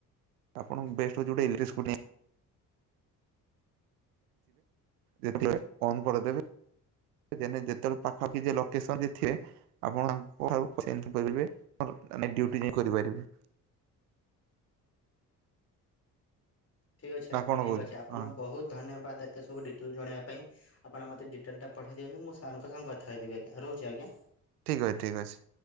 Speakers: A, on the right; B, on the left.
A: ଆପଣଙ୍କୁ ବେଷ୍ଟ୍ ହୋଉଚି ଗୋଟେ ଇଲେକ୍ଟ୍ରି <unintelligible> ଜିବେ ଅନ୍ କରିଦେବେ ଯେ ଯେତେବେଳେ ପାଖାଖି ଲୋକେସନ ଯେ ଥିବେ। ଆପଣଙ୍କାରେ ଡ୍ୟୁଟି ଯାଇ କରିପାରିବେ।
B: ଠିକ୍ ଅଛି ଆଜ୍ଞା
A: ନା କଣ
B: ଠିକ୍
A: କହୁଛ
B: ଅଛି ଆପଣ
A: ହଁ
B: ବହୁତ ଧନ୍ୟବାଦ ଏତେ ସବୁ ଡିଟେଲ୍ ଜଣିବା ପାଇଁ। ଆପଣ ମୋତ ଡିଟେଲ୍ ପଠେଇ ଦିଅନ୍ତୁ ମୁ ସଙ୍କ ସାଙ୍ଗ କଥା କହିଦବି ଆଜ୍ଞା ରହୁଛି ଆଜ୍ଞା।
A: ଠିକ୍ ଠିକ୍ ଅଛି।